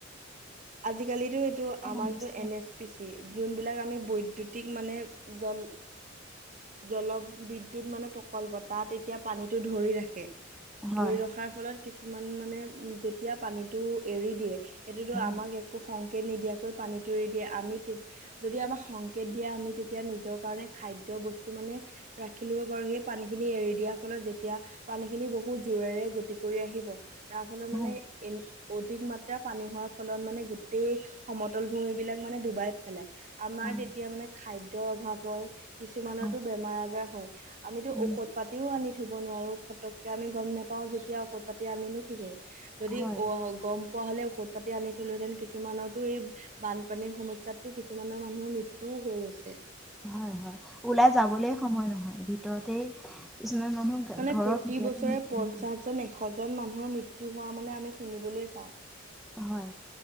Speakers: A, on the right (about 40°); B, in the centre.
A: আজিকালিটো এইটো আমাৰ
B: অনিষ্ট
A: যিটো এন এছ পি চি যোনবিলাক আমি বৈদুতিক মানে জল। জলবিদ্যুত মানে প্ৰকল্প তাত এতিয়া পানীতটো ধৰি ৰাখ। খে
B: হয়,
A: ধৰি ৰখাৰ ফলত কিছুমান মানে যেতিয়া পানীতটো এৰি দিয়ে। যিটো
B: হয়,
A: আমাক একো সংকেত নিদিয়াকৈ পানী তৰি দিয়ে আমি যদি আমাক সং। কেট দিয়া আমি তেতিয়া নিজৰ কাৰণে খাদ্য বস্তু মানে ৰাখি লব পাৰো। সেই পানী খিনি এৰি দিয়াৰ ফলত যেতিয়া পানী খিনি বহুত যো ৰে গতি কৰি আহিব। তাৰ ফলত
B: হয়,
A: মানে এ অধিক মাত্ৰা পানী হোৱাৰ ফলত মানে গোটেই সমতল ভূমি বিলাক মানে ডুবাই পেলায়। আমাৰ
B: হয়,
A: তেতিয়া মানে খাদ ত অভাৱ হয়। কিছুমানতো
B: হয়,
A: বেমাৰ-আজাৰ আমিতো
B: উম,
A: ঔষধ পাতিও আনি থব নোৱাৰো ফটককে আমি। গম নেপাও যেতিয়া ঔষধ পাতি আনিনো কি কৰিম যদি
B: হয়।
A: গম পোৱা হ'লে ঔষধ। পাতি আনি থলোহেতেন কিছুমানৰতো এই বানপানীৰ সমস্যাতটো কিছুমানৰ মানুহৰ মৃত্যুও হৈ গৈছে।
B: হয় হয় ওলাই যাবলে সময় নহয় ভিতৰতে। কিছুমান মানুহ ঘ-
A: মানে
B: ঘৰৰ
A: প্ৰতি বছৰে
B: মৃত্যু-
A: পঞ্চাশ জন এশ জন মানুহৰ মৃতু হোৱা মানে। নে আমি শুনিবলৈ পাওঁ।
B: হয়।